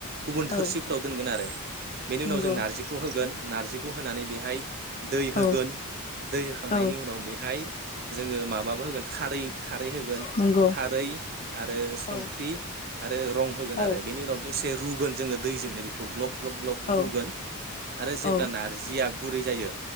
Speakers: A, on the right (about 45°); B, on the left (about 30°).
A: गुबुन थोरसिफोराव
B: औ
A: दोनगोन आरो । बेनि
B: नंगौ
A: उनाव जों नारजिखौ होगोन नारजिखौ होनानै बे हाय दै होगोन
B: औ
A: दै होखांनायनि
B: औ
A: उनाव बेहाय जोङो माबाबो होगोन खारै खारै होगोन
B: नंगौ
A: खारै आरो संख्रि
B: औ
A: आरो रं होगोन
B: औ
A: आर बेनि उनाव दसे रुगोन जोङो दैजोंनो बेखौ ग्लब ग्लब ग्लब
B: औ
A: रुगोन आरो जेब्ला
B: औ
A: नारजि दैया गुरै जायो